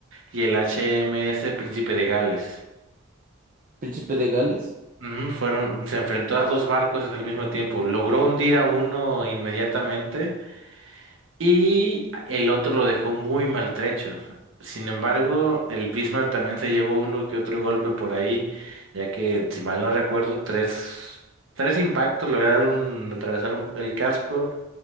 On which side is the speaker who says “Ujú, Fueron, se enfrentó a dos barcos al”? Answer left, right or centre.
Right